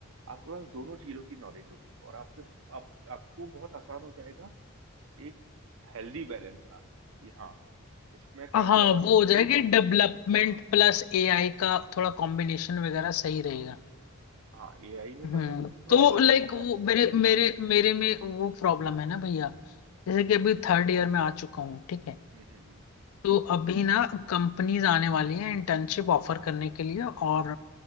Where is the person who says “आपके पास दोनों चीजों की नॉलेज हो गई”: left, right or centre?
Right